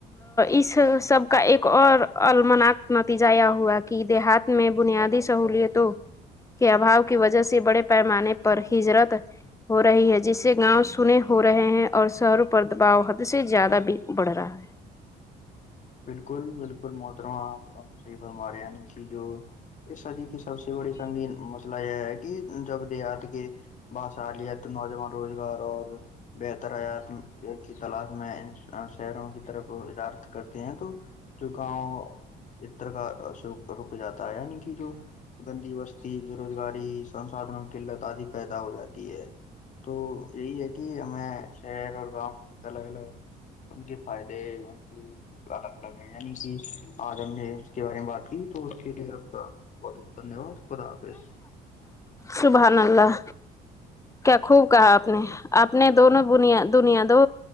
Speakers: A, on the left; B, on the left.
A: اس سب کا ایک اور المناک نتیجہ یہ ہوا کہ دیہات میں بنیادی سہلیتوں کے اباؤ کی وجہ سے بڑے پیمانے پر ہجرت ہو رہی ہے جسے گاؤں سنے ہو رہے ہیں اور شہروں پر دباؤ حد سے زیادہ بھی بڑھ رہا ہے
B: بالکل بالکل محترماں آپ صحی فرما رہے ی کہ جو اس سدی کی سب سے بڑی سنگین مسئلہ یہ ہے کہ جب دیہات کے با چالیت نوجوان روزگار اور بہتر حیات کی تلاش میں شہروں کی طرف اجارت کر ہیں تو جو گاؤ اس طر کا رک جاتا ہے یع کی جو گندی بستی بے روزگاری سسادھنوں کی قلت آدھی پیدا ہو جاتی ہے تو یہی ہے کہ ہمیں شہر اور گاؤں ایک الگ الگ ان کے فائدے ان کی <unintelligible> الگ الگ ہے یعنی کہ آج ہم نے اس کے بارے میں بات کی تو اس کے لیے آپ کا بہت بہت دنیہ واد خدا حفیظ
A: شبحان اللہ کیا خوب کہا آپ نے آپ نے دونوں دنیا دنیا دو